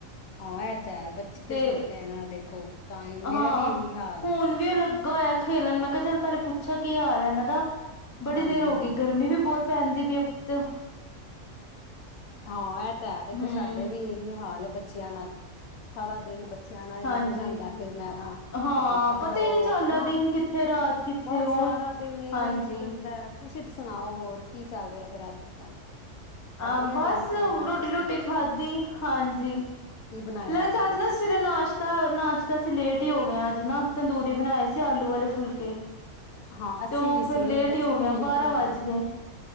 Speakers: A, on the left; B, on the left.
A: ਹਾਂ ਇਹ ਤਾਂ ਹੈ ਬੱਚੇ
B: ਤੇ
A: ਛੋਟੇ ਹੈ ਨਾ ਦੇਖੋ ਤਾਂ ਹੀ ਮੇਰਾ
B: ਹਾਂ!
A: ਵੀ ਇਹੀ ਹਾਲ
B: ਹੁਣ
A: ਜੀ।
B: ਵੀ ਉਹ ਲੱਗਾ ਹੋਇਆ, ਖੇਲਣ ਮੈਂ ਕਿਹਾ, ਚੱਲ ਪਹਿਲੇ ਪੂਛਾ ਕੀ ਹਾਲ ਹੈ, ਇਹਨਾਂ ਦਾ ਬੜੀ
A: ਹਾਂਜੀ
B: ਦੇਰ ਹੋ
A: ਹਾਂਜੀ
B: ਗਈ, ਗਰਮੀ ਵੀ ਬਹੁਤ ਪੈ ਜਾਂਦੀ ਪਈ ਆ ਉੱਤੋਂ,
A: ਹਾਂ ਇਹ ਤਾਂ ਹੈ। ਦੇਖੋ
B: ਹੂੰ
A: ਸਾਡੇ ਵੀ ਇਹੀ ਹਾਲ ਏ ਬੱਚਿਆਂ ਨਾਲ ਸਾਰਾ ਦਿਨ ਬੱਚੇ, ਬੱਚਿਆਂ ਨਾਲ ਹੀ
B: ਹਾਂਜੀ
A: ਲੰਘ ਜਾਂਦਾ, ਫੇਰ ਮੈਂ ਆਪ
B: ਹਾਂ
A: ਕਰਦੇ ਕੰਮ
B: ਪਤਾ
A: ਕਰੋ
B: ਹੀ ਨਹੀਂ ਚੱਲਦਾ
A: ਹੈ ਨਾ।
B: ਦਿਨ ਕਿੱਥੇ ਰਾਤ ਕਿੱਥੇ
A: ਬਸ
B: ਹੋਰ
A: ਸਾਰਾ ਦਿਨ ਇਵੇਂ
B: ਹਾਂਜੀ
A: ਹੀ ਨਿਕਲਦਾ। ਤੁਸੀਂ ਸੁਣਾਓ ਹੋਰ ਕੀ ਚੱਲ ਰਿਹਾ ਫੇਰ ਅੱਜ ਕੱਲ ਕਰ
B: ਹਾਂ
A: ਲਿਆ
B: ਬਸ
A: ਲੰਚ ਵਗੈਰਾ
B: ਰੋਟੀ
A: ਤੁਸੀਂ
B: ਰੋਟੀ ਖਾਧੀ ਹਾਂਜੀ
A: ਕੀ ਬਣਾਇਆ
B: ਲੰਚ ਅੱਜ
A: ਫਿਰ
B: ਨਾ
A: ਤੁਸੀਂ
B: ਸਵੇਰੇ ਨਾਸ਼ਤਾ ਨਾਸ਼ਤਾ ਅਸੀਂ ਲੇਟ ਹੀ ਹੋ ਗਏ ਹਾ ਅੱਜ ਨਾ ਤੰਦੂਰੀ ਬਣਾਏ ਸੀ ਆਲੂ ਵਾਲੇ ਫੁਲਕੇ
A: ਹਾਂ ਅਸੀਂ
B: ਤੇ ਉਹ
A: ਵੀ
B: ਫਿਰ
A: ਸੇਮ
B: ਲੇਟ
A: ਅਸੀਂ
B: ਹੀ ਹੋ
A: ਵੀ
B: ਗਿਆ
A: ਇਹੀ
B: ਬਾਰਾਂ
A: ਬਣਾਇਆ
B: ਵੱਜ ਗਏ